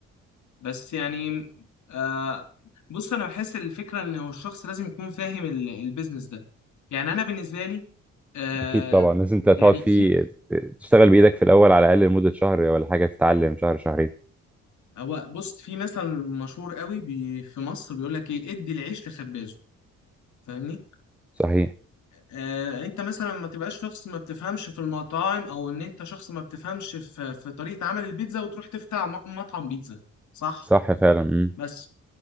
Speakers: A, on the left (about 70°); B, in the centre.
A: بس يعني آه بص انا بحس الفكرة ان هو الشخص لازم يكون فاهم ال- البيزنس ده يعني انا بالنسبة لي آه
B: أكيد طبعا لازم أنت تقعد
A: يعني
B: فيه
A: في
B: تشتغل بإيدك في الأول على الأقل لمدة شهر ولا حاجة تتعلم شهر شهرين
A: هو بص في مثل مشهور قوي بي في مصر بيقول لك ايه ادي العيش لخبازه فاهمني
B: صحيح
A: آه انت مثلا ما تبقاش شخص ما بتفهمش في المطاعم او ان انت شخص ما بتفهمش في في طريقة عمل البيتزا وتروح تفتح م- مطعم بيتزا صح
B: صح فعلا مم.
A: بس